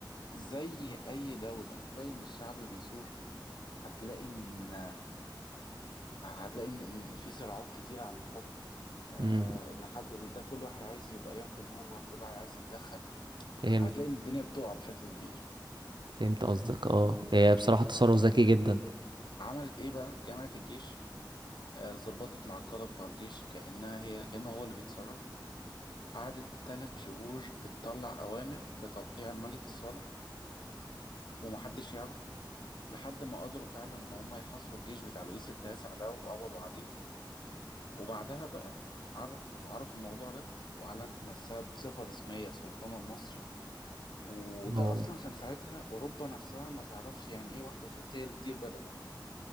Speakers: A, on the left (about 65°); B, on the right (about 65°).
A: زي أي دولة هتلاقي إن الشعب بيثور هتلاقي إن هتلاقي إن إن في صراعات كتير على الحكم آه،
B: امم
A: اللي حد اللي ده كل واحد عايز يبقى يحكم هو كل واحد عايز يتدخل
B: فهمت
A: هتلاقي إن الدنيا بتقع بشكل كبير
B: فهمت قصدك اه هي بصراحة تصرف ذكي جدا
A: عملت إيه بقى جامعة الجيش آه، ظبطت مع القادة بتوع الجيش كأنها هي كأنه هو اللي بيتصرف قعدت تلات شهور بتطلع أوامر بتوقيع الملك الصالح ومحدش يعرف لحد ما قدروا فعلا إن هم يحاصروا الجيش بتاع لويس التاسع ده وقبضوا عليه وبعدها بقى عرف عرفوا الموضوع ده وأعلنت نفسها بصفة رسمية سلطانة لمصر وده
B: اه
A: أصلا كان ساعتها أوروبا نفسها ما تعرفش يعني إيه واحدة ست هي اللي تدير بلد